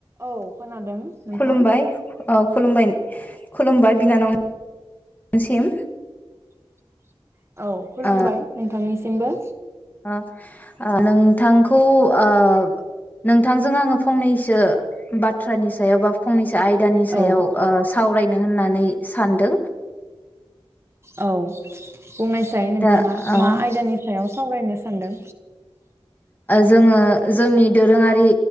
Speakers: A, on the right (about 25°); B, on the left (about 15°).
A: औ खोनादों नोंथां।
B: खुलुमबाय औ खुलुमबाय खुलुमबाय बिनानाव। सिम
A: <inaudible> औ खुलुमबाय
B: ओ
A: नोंथांनिसिमबो
B: अ नोंथांखौ अ नोंथांजों आङो फंनैसो बाथ्रानि सायाव बा फंनैसो आयदानि सायाव
A: औ
B: ओ सावरायनो होननानै सानदो
A: औ बुंनायसाय नोंथाङा
B: दा ओ
A: मा आयदानि सायाव सावरायनो सान्दों
B: जोङो जोंनि दोरोङारि